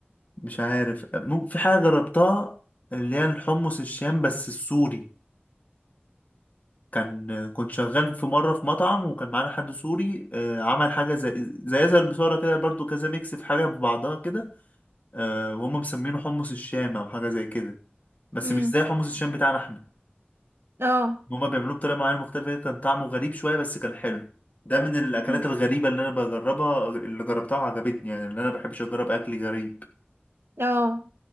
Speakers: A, on the left; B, on the right.
A: مش عارف آه، ممكن في حاجه جربتها اللي هي الحمص الشام بس السوري كان آه، كنت شغال في مره في مطعم وكان معانا حد سوري آه، عمل حاجه زي زي زي البصاره كده برضو كذا ميكس في حاجه في بعضها كده آه، وهم مسمينه حمص الشام او حاجه زي كده بس
B: امم
A: مش زي حمص الشام بتاعنا احنا
B: اه
A: هما بيعملوه بطريقه معينه مختلفه كان طعمه غريب شويه بس كان حلو ده من الاكلات
B: مم.
A: الغريبه اللي انا بجربها اللي جربتها وعجبتني يعني اللي انا بحبش اجرب اكل غريب
B: اه